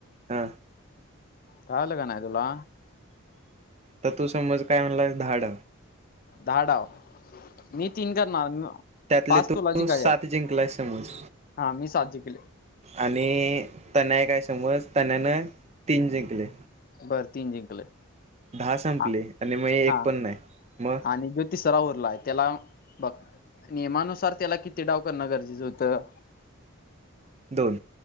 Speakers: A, on the right; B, on the left.
A: हा
B: कळ काय नाय तुला
A: तर तू समज काय म्हणला धाड
B: धाडाव मी तीन करणार
A: त्यातले
B: पाच
A: तू
B: तोलाची काही
A: सात
B: आहेत
A: जिंकलाय समज
B: हा मी सा जिकंले
A: आणि त्यांना एक काय समज त्यांनन तीन जिंकले
B: पर तीन जिंकले
A: दहा संपले
B: हा
A: आणि मग एक
B: हा.
A: पण नाही मग
B: आणि ज्यो तिसरा उरलाय त्याला बघ नियमानुसार त्याला किती डाव करणं गरजेचं होतं
A: दोन